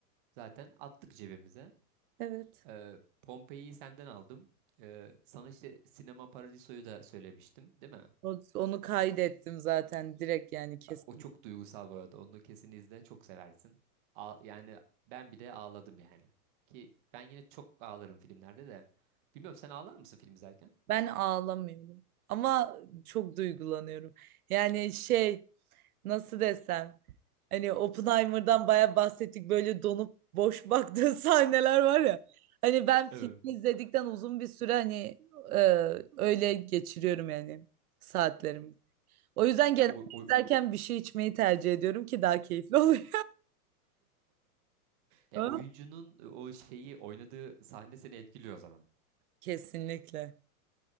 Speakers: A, on the right; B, on the right.
A: zaten attık cebimize.
B: Evet.
A: Ee, Pompei'yi senden aldım. Ee, sana işte Sinema Paradiso'yu da söylemiştim, değil mi?
B: O- Onu kaydettim zaten direkt yani kesin.
A: Bak o çok duygusal bu arada. Onu kesin izle, çok seversin. A- yani ben bile ağladım yani. Ki ben yine çok ağlarım filmlerde de. Bilmiyorum sen ağlar mısın film izlerken?
B: Ben ağlamıyorum ama çok duygulanıyorum. Yani şey nasıl desem hani Oppenheimer'dan bayağı bahsettik böyle donup boş baktığı <laughs> sahneler var ya. Hani ben
A: Evet.
B: filmi izledikten uzun bir süre hani e, öyle geçiriyorum yani saatlerimi. O yüzden
A: Ya
B: genelde
A: o, o-
B: izlerken bir şey içmeyi tercih ediyorum ki daha keyifli oluyor.
A: ya
B: <laughs>
A: oyuncunun o şeyi oynadığı sahne seni etkiliyor o zaman.
B: Kesinlikle.